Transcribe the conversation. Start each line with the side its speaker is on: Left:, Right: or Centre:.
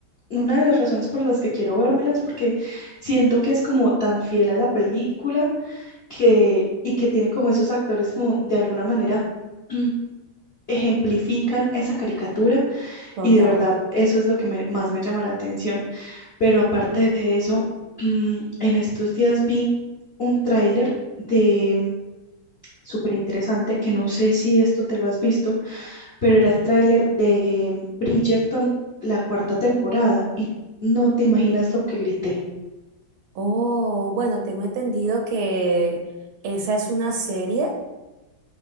Left: una de las razones por las que quiero vérmelas, porque siento que es como tan fiel a la película que, y que tiene como esos actores como de alguna manera mm, ejemplifican esa caricatura
Right: Total.
Left: y de verdad eso es lo que me- más me llama la atención. Pero aparte de eso, <clears throat> mm, en estos días vi un tráiler de súper interesante que no sé si esto te lo has visto pero era el tráiler de Bridgerton, la cuarta temporada, y no te imaginas lo que grité.
Right: Oh, bueno, tengo entendido que esa es una serie.